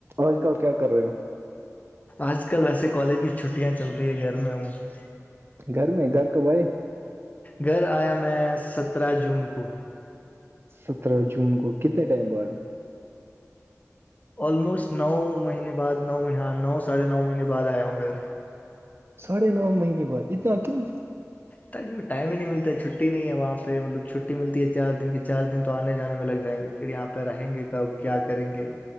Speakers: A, on the right (about 45°); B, on the left (about 30°).
A: آج کل کیا کر رہے ہو
B: آج کل ویسے کالج کی چھٹیاں چل رہی ہے گھر میں ہوں <unintelligible>
A: گھر میں گھر کا بھائی
B: گھر آیا میں سترہ جون کو
A: سترہ جون کو کتنے ٹائم بعد
B: آلموسٹ نو مہینے بعد نو مہ نو ساڑھے نو مہینے بعد آیا ہوں گھر
A: ساڑھے نو مہینے بعد اتنا کیوں
B: تاک ٹائم ہی نہیں ملتا چھٹی نہیں ہے وہاں پہ مطلب چھٹی ملتی ہے چار دن کے چار دن تو آنے جانے میں لگ جائیں گے پھر یہاں پہ رہیں گے کب کیا کریں گے